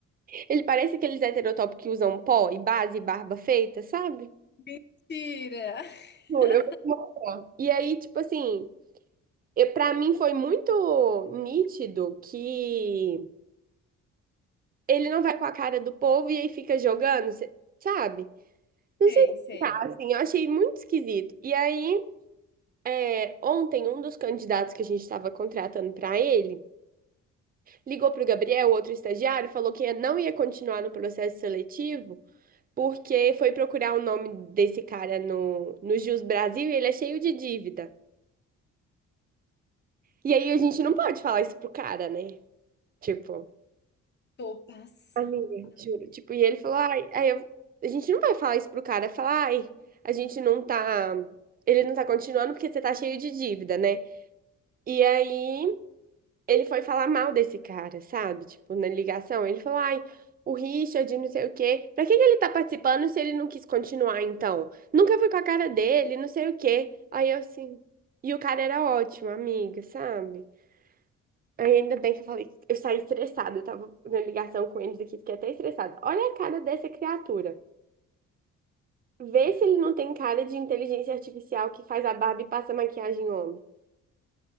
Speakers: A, on the right (about 30°); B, on the left (about 35°).
A: Ele parece aqueles heterotópicos que usam pó e base e barba feita, sabe?
B: Mentira!
A: Juro,
B: <laughs>
A: eu vou te mostrar. E aí, tipo assim, eu, pra mim foi muito nítido que. ele não vai com a cara do povo e aí fica jogando, cê- sabe? Não
B: Sei,
A: sei explicar,
B: sei.
A: assim, eu achei muito esquisito. E aí, é, ontem, um dos candidatos que a gente estava contratando para ele ligou para o Gabriel, outro estagiário, e falou que não ia continuar no processo seletivo porque foi procurar o nome desse cara no, no Jus Brasil e ele é cheio de dívida. E aí a gente não pode falar isso pro cara, né? Tipo.
B: Tô passada.
A: Amiga, juro. Tipo, e ele falou, ai, aí eu- a gente não vai falar isso pro cara, falar, ai, a gente não tá, ele não tá continuando porque você tá cheio de dívida, né? E aí ele foi falar mal desse cara, sabe? Tipo, na ligação, ele falou, ai, o Richard, não sei o quê. Pra que que ele tá participando se ele não quis continuar, então? Nunca foi com a cara dele, não sei o quê. Aí eu assim, e o cara era ótimo, amiga, sabe? Aí ainda bem que eu falei, eu saí estressada, eu tava na ligação com eles aqui, fiquei até estressada. Olha a cara dessa criatura. Vê se ele não tem cara de inteligência artificial que faz a barba e passa maquiagem em homem.